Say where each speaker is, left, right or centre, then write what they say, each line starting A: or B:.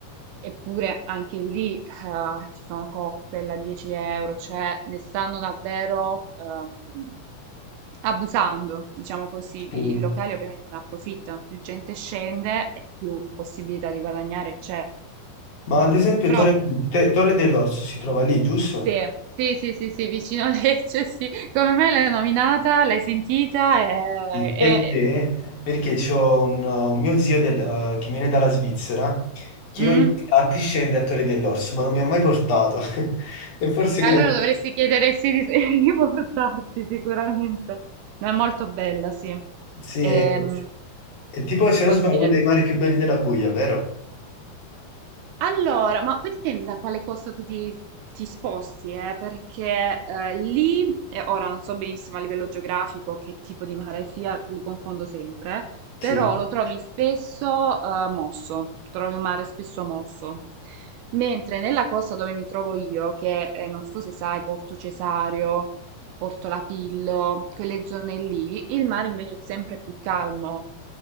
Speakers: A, on the right; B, on the left.
A: eppure anche lì eh, ci sono cocktail a 10 euro, cioè ne stanno davvero ehm, abusando, diciamo così,
B: Mm.
A: i locali ovviamente ne approfittano, più gente scende e più possibilità di guadagnare c'è.
B: Ma ad esempio
A: Però,
B: Torre, te- Torre dell'Orso si trova lì, giusto?
A: sì, sì, sì, sì, sì, vicino a Lecce, sì. Come me l'hai nominata, l'hai sentita e...
B: Sì, Perché,
A: e-
B: perché c'ho un, un mio zio del- eh, che viene dalla Svizzera che
A: mm?
B: ogni tanto scende a Torre dell'Orso, ma non mi ha mai portato. <laughs> E forse
A: Allora
B: che ne... so.
A: dovresti chiedere se di, <laughs> di portarti sicuramente. Ma è molto bella, sì.
B: Sì,
A: Ehm,
B: è, è tipo, se
A: consiglio.
B: non sbaglio, uno dei mari più belli della Puglia, vero?
A: Allora, ma poi dipende da quale costa tu ti, ti sposti, eh, perché eh, lì, eh, ora non so benissimo a livello geografico che tipo di mare sia, li confondo sempre, però
B: Sì.
A: lo trovi spesso eh, mosso, trovi un mare spesso mosso. Mentre nella costa dove mi trovo io, che eh, non so se sai, Porto Cesario, Porto Lapillo, quelle zone lì, il mare invece è sempre più calmo.